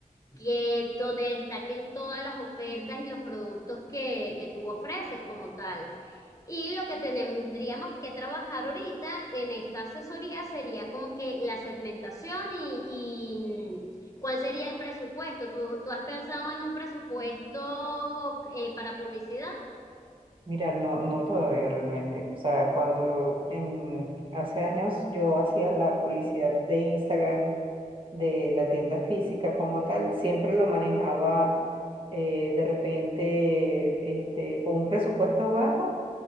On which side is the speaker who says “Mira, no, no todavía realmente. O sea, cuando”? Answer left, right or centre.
Right